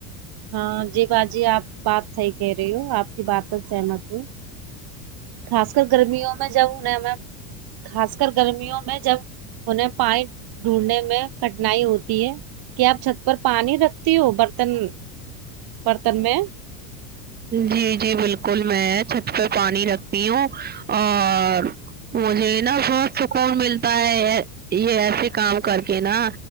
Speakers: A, on the right; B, on the right.
A: ہاں جی باجی آپ بات صحیح کہہ رہی ہو آپ کی بات ہے سہناپور خاص کر گرمیوں میں جب انیں خاص کر گرمیوں میں جب انہیں پانی ڈھونڈنے میں کٹنائی ہوتی ہے کیا آپ چھت پر پانی رکھتی ہو برتن برتن میں
B: جی جی بالکل میں چھت پہ پانی رکھتی ہوں اور مجھے نا بہت سکون ملتا ہے یہ ایسے کام کر کے نا